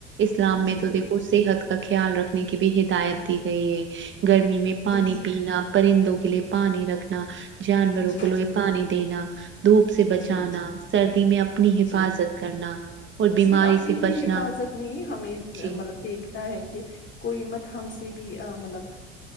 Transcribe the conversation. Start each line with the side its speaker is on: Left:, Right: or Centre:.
Right: اسلام میں
Left: جی
Right: تو
Left: بالکل
Right: دیکھو صحت کا خیال رکھنے کی بھی ہدایت دی گئی ہے گرمی میں پانی
Left: جی جی
Right: پینا، پرندوں کے لیے پانی رکھنا جانوروں
Left: جی
Right: کو لو پانی دینا دھوپ سے بچانا
Left: جی جی
Right: سردی میں اپنی حفاظت
Left: جی
Right: کرنا اور بیماری
Left: صرف اپنی
Right: سے بچنا
Left: ہی حفاظت ہمیں مطلب
Right: جی،
Left: دیکھتا ہے کہ کوئی مت ہم سے بھی مطلب